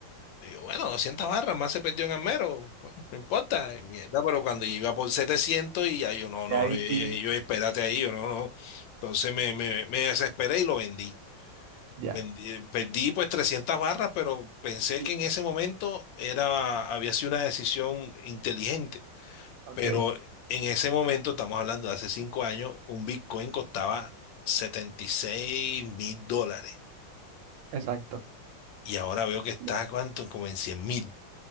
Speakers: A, on the left; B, on the right.
A: y yo, bueno, 200 barras, más se perdió en Amero. Bueno, no importa. Y mierda, pero cuando iba por 700 y ya yo, no, no,
B: ya ahí
A: no, y- y-
B: sí,
A: yo, espérate ahí, yo, no, no. Entonces me, me, me desesperé y lo vendí.
B: ya.
A: Vendí- Perdí pues 300 barras, pero pensé
B: Sí,
A: que en
B: sí,
A: ese momento era, había sido una decisión inteligente.
B: ok,
A: Pero en ese momento, estamos hablando de hace cinco años, un Bitcoin costaba setenta y seis mil dólares.
B: exacto.
A: Y ahora veo que está,
B: Y ahora-
A: ¿cuánto? Como en cien mil.